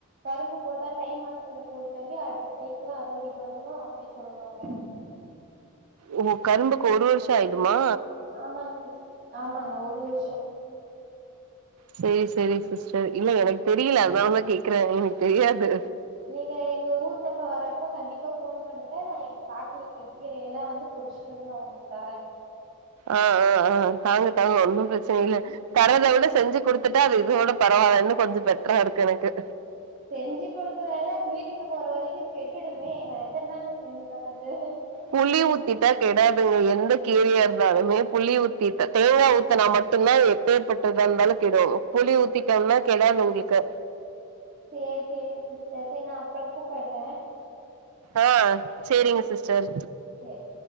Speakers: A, on the right; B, on the right.
A: கரும்பு போட்டா தை மாஸ்த்துல போடு தம்பி அடுத்த தைக்குல்லா அறுவடைக் வந்துரு அப்டி சொல்வாங்க
B: ஒ ஹோ கரும்புக்கு ஒரு வர்ஷோ ஆய்டுமா
A: ஆமாங்க சிஸ் ஆமாங்க ஒரு வர்ஷோ
B: சேர் செரி சிஸ்டர் இல்ல எனக் தெரியல அத்னாலதா கேக்ற எனக் தெரியாது
A: நீங்க எங்க ஊர் பக்கோ வர்றப்ப கண்டிப்பா ஃபோன் பண்ணுங்க நா எங்க காட்லக்குர் கீர எல்லா வந்து கொஷ்டுன்னா உக்குள்க்கு தாரே
B: அ அ அ தாங்க தாங்க ஒன்னு பிரச்சனை இல்ல தரதவுட செஞ்சு குடுத்துட்டா அது இதோட பரவால்லன்னு கொஞ்சொ பெட்ரா இருக்கு எனக்கு
A: செஞ்சு குடுக்குற த வீட்டுக்கு போற வரைக்கு கெட்டுடுமே நா எத்தன் நாலு செஞ்சு தர்றது
B: புளி ஊத்திட்டா கெடாதுங்க எந்த கீரயா இர்ந்தாலுமே புளி ஊத்திட்ட தேங்கா ஊத் துனா மட்டுந்தா எப்பேர் பட்டதா இர்ந்தாலு கெடு புளி ஊத்திடம்னா கெடாது உங்ளுக்கு
A: சேர் சேரி சிஸ்டர் செர் நா அப்ற கூப்பட்ற
B: ஆ சேரிங்க சிஸ்டர்
A: சேர்